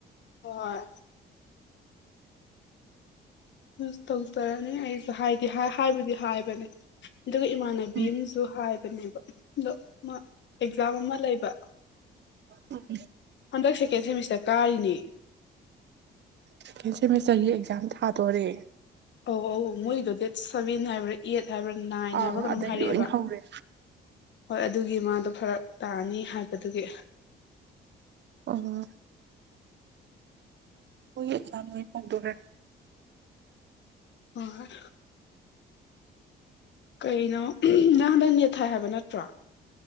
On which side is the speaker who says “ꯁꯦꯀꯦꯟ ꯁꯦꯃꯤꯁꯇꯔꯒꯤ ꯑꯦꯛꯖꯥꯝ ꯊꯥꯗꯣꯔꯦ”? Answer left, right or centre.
Right